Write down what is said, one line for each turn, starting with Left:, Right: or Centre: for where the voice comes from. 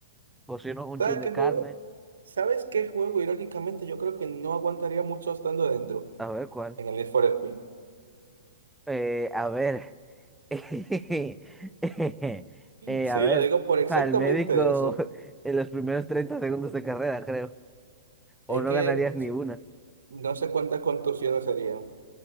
Centre: Cocino un
Right: ¿Sabes
Centre: chin de
Right: qué
Centre: carne,
Right: juego? ¿Sabes qué juego? Irónicamente, yo creo que no aguantaría mucho estando dentro
Centre: a ver cuál.
Right: en el Need for Speed.
Centre: Eh, a ver. <laughs> Eh,
Right: Sí,
Centre: a ver,
Right: lo digo por exactamente
Centre: para el médico
Right: eso.
Centre: <laughs> en los primeros 30 segundos de carrera, creo. O
Right: Es
Centre: no
Right: que
Centre: ganarías ni una.
Right: no sé cuántas contusiones serían.